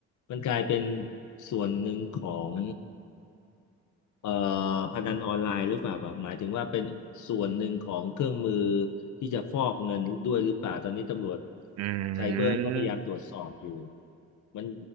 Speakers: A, on the left; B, on the right.
A: มันกลายเป็นส่วนหนึ่งของ เอ่อพนันออนไลน์หรือเปล่าแบบหมายถึงว่าเป็นส่วนหนึ่งของเครื่องมือที่จะฟอกเงินด้วยหรือเปล่าตอนนี้ตำรวจ
B: อืม
A: ไซเบอร์ก็พยายามตรวจสอบอยู่มัน